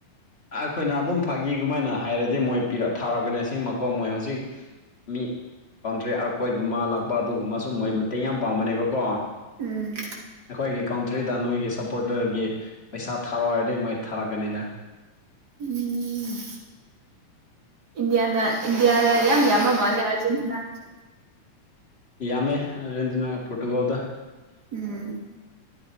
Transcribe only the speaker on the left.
ꯑꯩꯈꯣꯏꯅ ꯑꯗꯨꯝ ꯐꯥꯒꯤꯒꯃꯥꯏꯅ ꯍꯥꯏꯔꯗꯤ ꯃꯣꯏ ꯄꯤꯔ ꯊꯥꯔꯛꯀꯅꯤꯁꯦꯡꯃꯛꯀꯣ ꯃꯣꯏ ꯍꯧꯖꯤꯛ ꯃꯤ ꯀꯥꯎꯟꯇ꯭ꯔꯦꯛ ꯑꯥꯔꯀꯣꯏꯒꯨꯝꯕ ꯂꯥꯛꯄ ꯑꯗꯨꯒꯨꯝꯕꯁꯨ ꯃꯣꯏ ꯃꯇꯦꯡ ꯌꯥꯝ ꯄꯥꯡꯕꯅꯦꯕꯀꯣ
ꯑꯩꯈꯣꯏꯒꯤ ꯀꯥꯎꯟꯇ꯭ꯔꯤꯗ ꯅꯣꯏꯒꯤ ꯁꯞꯄꯣꯔꯇꯔꯒꯤ ꯄꯩꯁꯥ ꯊꯥꯔꯛꯑꯣꯏꯔꯗꯤ ꯃꯣꯏ ꯊꯥꯔꯛꯀꯅꯤꯗ
ꯌꯥꯝꯃꯦ ꯑꯥꯔꯖꯦꯟꯇꯤꯅꯥꯒ ꯄꯣꯔꯇꯨꯒꯜꯗꯣ